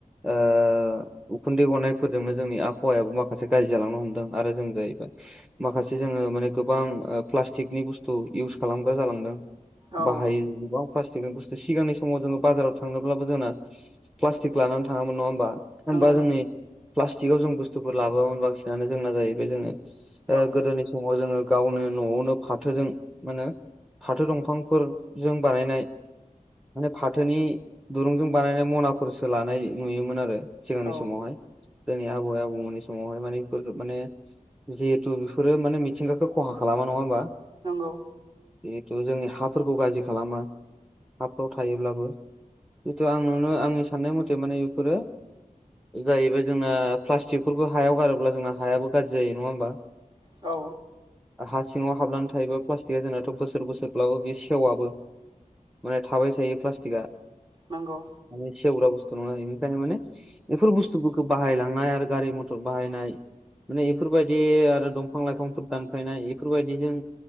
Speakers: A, in the centre; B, on the right.
A: ओ उखुन्दै गनायफोरजोंनो जोंनि आबहावायाबो माखासे गाज्रि जालांनो हमदों आरो जों जाहैबाय माखासे जोङो माने गोबां ओ प्लास्टिकनि बुस्थु इउस खालामग्रा जालांदों
B: औ
A: बाहायो गोबां प्लास्टिकनि बुस्थु सिगांनि समाव जोङो बाजाराव थांनोब्लाबो जोंना प्लास्टिक लानानै थाङामोन नङा होमबा थामहिनबा
B: नंगौ नंगौ
A: जोंनि प्लास्टिकाव जों बुस्थुफोर लाबोआमोन बांसिनानो जोंना जाहैबाय जोङो ओ
B: औ
A: गोदोनि समाव जोङो गावनो न'आवनो फाथोजों मा होनो फाथो दंफांफोरजों बानायनाय माने फाथोनि दुरुंजों बानायनाय मनाफोरसो लानाय नुयोमोन आरो सिगांनि
B: औ
A: समावहाय जोंनि आबै आबौमोननि समावहाय माने बेफोर माने जिहेथु बेफोरो माने मिथिंगाखौ खहा खालामा नङा होमबा
B: नोंगौ
A: जिहेतु जोंनि हाफोरखौ गाज्रि खालामा हाफ्राव थायोब्लाबो जितु आं नुनो आंनि साननाय मथे माने बेफोरो जाहैबाय जोंना प्लास्टिकफोरखौ हायाव गारोब्ला जोंना हायाबो गाज्रि जायो नङा होमबा
B: औ
A: हा सिङाव हाबनानै थायोबा प्लास्टिकआ जोंनाथ' बोसोर बोसोरब्लाबो बे सेवाबो माने थाबाय थायो प्लास्टिकआ
B: नोंगौ
A: माने सेवग्रा बस्थु नङा इनि थाखाय माने बेफोर बुस्थुफोरखौ बाहायलांनाय आरो गारि मथर बाहायनाय माने इफोरबायदि आरो दंफां लाइफांफोर दानफायनाय इफोरबायदिजों